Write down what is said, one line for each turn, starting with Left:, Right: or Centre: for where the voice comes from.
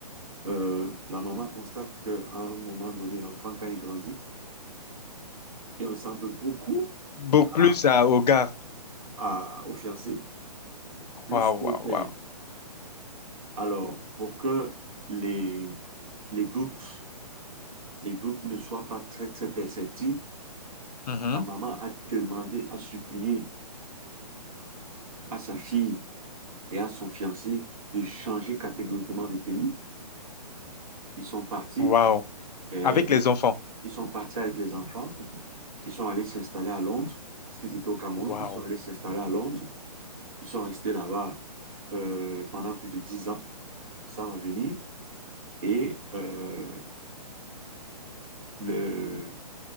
Right: Euh, la maman constate qu'à un moment donné, l'enfant, quand il grandit, il ressemble beaucoup
Left: Beaucoup plus
Right: à,
Left: à, aux gars.
Right: à- au fiancé plus
Left: Waouh,
Right: qu'au
Left: waouh,
Right: père.
Left: waouh.
Right: Alors, pour que les, les doutes, les doutes ne soient pas très, très perceptibles,
Left: Mhm.
Right: la maman a demandé, a supplié à sa fille et à son fiancé de changer catégoriquement de pays Ils sont partis,
Left: Waouh.
Right: et
Left: Avec les enfants.
Right: ils sont partis avec les enfants, ils sont allés s'installer à Londres, parce qu'ils étaient au Cameroun,
Left: Waouh.
Right: ils sont allés s'installer à Londres, ils sont restés là-bas euh, pendant plus de dix ans sans revenir, et euh, le